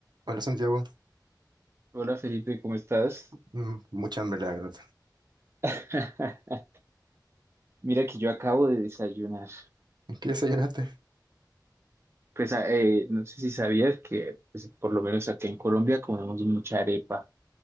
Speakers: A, on the right; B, on the right.
A: Hola Santiago,
B: Hola Felipe, ¿cómo estás?
A: Mm, mucha hambre la verdad.
B: <laughs> Mira que yo acabo de desayunar.
A: ¿Qué desayunaste?
B: Pues ah, eh, no sé si sabías que pues, por lo menos acá en Colombia comemos mucha arepa.